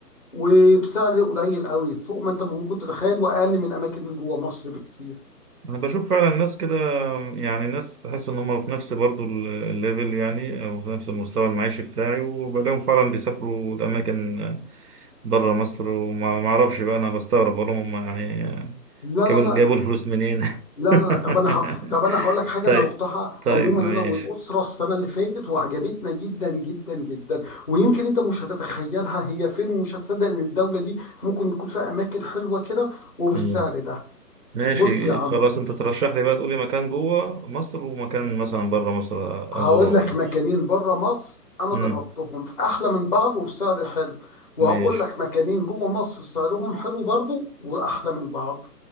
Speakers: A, on the left; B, on the right.
A: وبسعر قليل قوي فوق ما انت ممكن تتخيل واقل من اماكن جوه مصر بكتير
B: انا بشوف فعلا الناس كده يعني الناس تحس ان هم في نفس برضو ال- الليفل يعني او في نفس المستوى المعيشي بتاعي وبلاقيهم فعلا بيسافروا لاماكن بره مصر وما ما اعرفش بقى انا بستغرب بقول لهم هم يعني
A: لا لا
B: جابوا جابوا
A: لا
B: الفلوس منين
A: لا
B: <laughs>
A: لا لا. طب انا ه... طب انا هقول لك حاجه
B: طيب
A: انا رحتها
B: طيب
A: عموما
B: ماشي
A: انا والاسره السنه اللي فاتت وعجبتنا جدا جدا جدا ويمكن انت مش هتتخيلها هي فين ومش هتصدق ان الدوله دي ممكن يكون فيها اماكن حلوه كده وبالسعر
B: مم.
A: ده
B: ماشي
A: بص يا عم
B: خلاص انت ترشح لي بقى تقول لي مكان جوه مصر ومكان مثلا بره مصر
A: هقول
B: ازورهم
A: لك
B: يعني
A: مكانين بره مصر انا
B: مم.
A: جربتهم احلى من بعض وبسعر حلو وهقول
B: ماشي
A: لك مكانين جوه مصر سعرهم حلو برضو واحلى من بعض